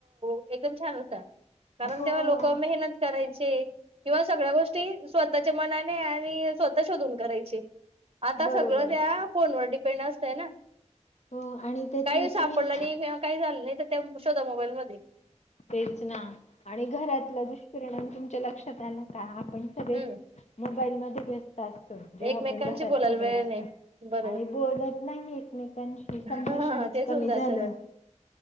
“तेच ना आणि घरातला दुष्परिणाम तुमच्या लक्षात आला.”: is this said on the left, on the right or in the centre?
Left